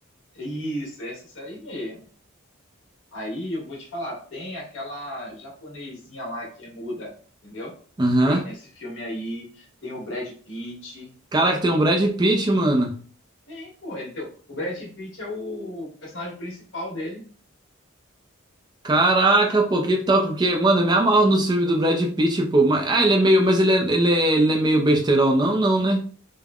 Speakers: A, on the left; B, on the right.
A: Isso, essa série aí Aí eu vou te falar, tem aquela japonesinha lá que é muda, entendeu?
B: Aham.
A: Tem nesse filme aí, tem o Brad Pitt.
B: Caraca, tem um Brad Pitt, mano.
A: Tem, pô, ele tem, o Brad Pitt é o personagem principal dele.
B: Caraca, pô, que top, porque, mano, eu me amarro nos filmes do Brad Pitt, pô. Mas, ah, ele é meio, mas ele é, ele é, ele é meio besterol, não, não, né?